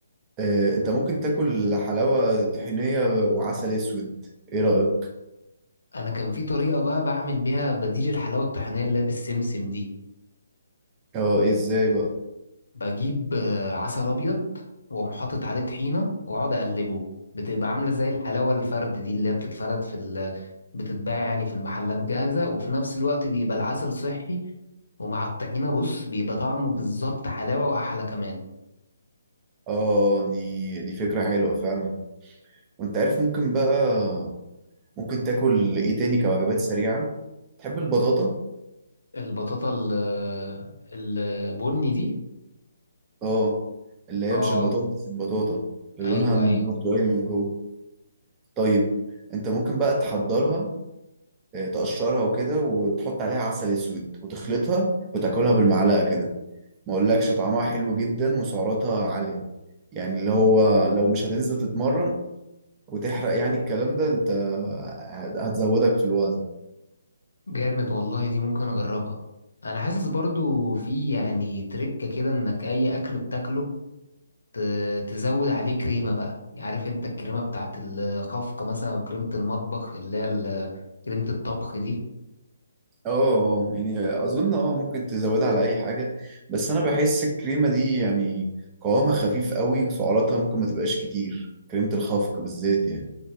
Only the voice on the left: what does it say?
انا كان في طريقة بقى بعمل بيها بديل الحلاوة الطحينية اللي هي بالسمسم دي
بجيب آه، عسل ابيض واقوم حاطط عليه طحينه واقعد اقلبه بتبقى عامله زي الحلاوه الفرد دي اللي هي بتتفرد في ال... بتتباع يعني في المحلات جاهزه وفي نفس الوقت بيبقى العسل صحي ومع الطحينه بص بيبقى طعمه بالظبط حلاوه واحلى كمان
البطاطا ال... البني دي
اه
ايوه
ايوه
جامد والله دي ممكن اجربها انا حاسس برضو في يعني تريكة كده انك اي اكل بتاكله ت- تزود عليه كريمة بقى يعني عارف انت الكريمة بتاعت الخفقة مثلا او كريمة المطبخ اللي هي ال- كريمة الطبخ دي